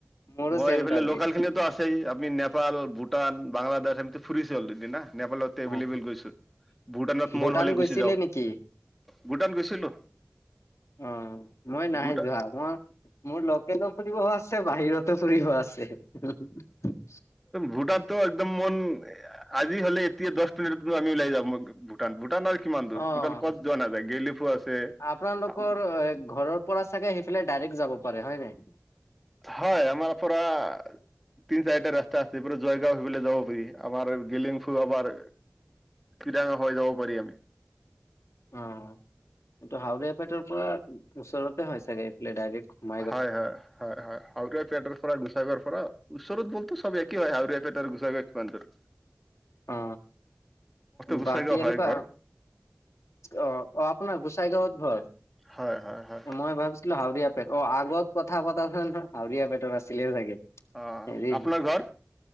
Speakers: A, on the left (about 90°); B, in the centre.
A: মোৰো
B: মই
A: ছেম
B: এইফালে
A: টাৰ্গেট
B: লোকেল খিনিটো আছেই আপুনি নেপাল ভূটান বাংলাদেশ এম ফুৰিছে অলৰেদি না নেপালত এবলেবল
A: অ',
B: গৈছো ভূটানত
A: ভূটান
B: মন হলে গুচি
A: গৈছিলে
B: যাওঁ
A: নেকি?
B: ভূটান গৈছিলো
A: অ মই নাহাই
B: ভূটা
A: যোৱা মই মোৰ লোকেলক সুধিব এছ আছে বাহিৰত ফুৰিফ আছে
B: ভোটাতটো একদম মন এ আ আজি হলে তে দশ তি মিনিটত আমিওলাই যামওঁ ম ভটান ভূটান আৰ কিমান দূৰ
A: অ'।
B: ভূটান ক'ত যোৱা নাযায় গেলিফো আছে
A: আপোনালোকৰ
B: আ
A: ঘৰৰ পৰা চাগে সেইফালে ডাইৰেক্ যাব পাৰে হয় নে
B: হয় আমাৰ পৰা আ তিন চাৰটা ৰাস্তা আছে পুৰা জয়গাঁও হেফল এ যাব পাৰি আমাৰ গেলিং ফু আমাৰ কিৰাঙা হৈ যাব পাৰি আমি
A: অ এইটো হাউৰীয়া পেটৰ পৰা ওচৰতে হয় চাগে এইফালে ডাইৰেক্ট সোম
B: হয় হয় হয় হয় হাউটিয়া পিয়টৰ পৰা গুচাইাৰৰ পৰা ওচৰত বলতো চব একি হয় হাউৰিীয়া েট আৰু গুচা গছ পান তৰ
A: অ
B: গোসাইগাঁও
A: বাকী
B: হয়
A: এনেকুৱা
B: ঘৰ
A: অ অ আপোনাৰ গোচাই গাঁৱত ঘৰ!
B: হয় হয় হয়
A: মই ভাবিছিলো হাউৰীয়া পেট অ আগত কথা পতাচন আউৰীয়া বেটত আছিলে চাগে
B: অ
A: হৰি
B: আপোনাৰ ঘৰ